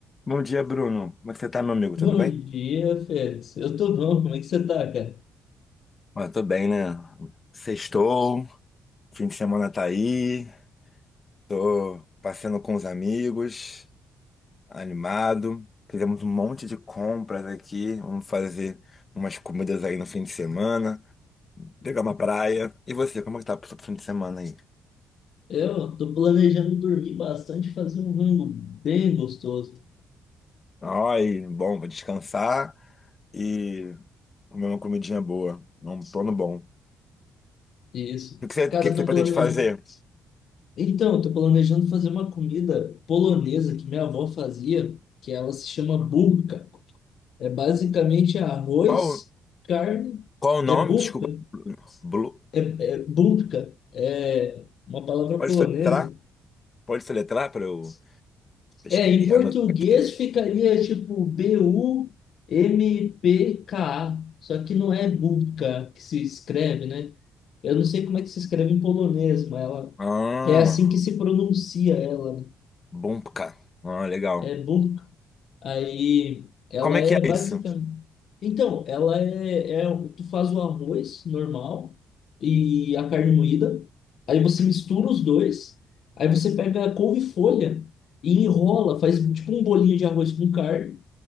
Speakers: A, on the left; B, on the left.
A: Bom dia, Bruno. Como é que você tá, meu amigo?
B: Bom
A: Tudo bem?
B: dia, Félix. Eu tô bom, como é que você tá, cara?
A: Olha, tô bem, né? Sextou, fim de semana tá aí, tô passeando com os amigos, animado. Fizemos um monte de compras aqui, vamos fazer umas comidas aí no fim de semana, pegar uma praia. E você, como é que tá pro seu fim de semana aí?
B: Eu tô planejando dormir bastante, fazer um rango bem gostoso.
A: Ai, bom, vou descansar e comer uma comidinha boa, um plano bom. O
B: Isso.
A: que que você, o
B: Cara,
A: que
B: eu
A: que você
B: tô
A: pretende
B: planejando.
A: fazer?
B: Então, eu tô planejando fazer uma comida polonesa que minha avó fazia, que ela se chama bubka. É basicamente arroz,
A: Qual,
B: carne,
A: qual o nome?
B: é bubka,
A: Desculpa, Blue.
B: é, é bubka, é uma palavra
A: Pode
B: polonesa
A: soletrar? Pode soletrar para eu escre-
B: É, em português
A: anotar aqui?
B: ficaria tipo B-U-M-P-K-A, só que não é Bubka que se escreve, né? Eu não sei como é que se escreve em polonês, mas ela
A: Ah,
B: é assim que se pronuncia ela, né?
A: bom, cara. Ah, legal.
B: É bubka. Aí ela
A: Como é
B: é
A: que é
B: basicamente.
A: isso?
B: Então, ela é, é. um, Tu faz o arroz normal e a carne moída. Aí você mistura os dois. Aí você pega a couve-folha e enrola, faz tipo um bolinho de arroz com carne.